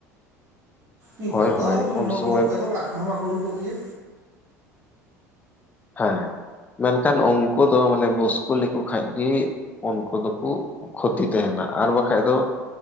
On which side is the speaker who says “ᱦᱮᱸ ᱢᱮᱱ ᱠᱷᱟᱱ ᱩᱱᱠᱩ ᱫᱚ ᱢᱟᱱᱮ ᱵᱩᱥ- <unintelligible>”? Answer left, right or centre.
Left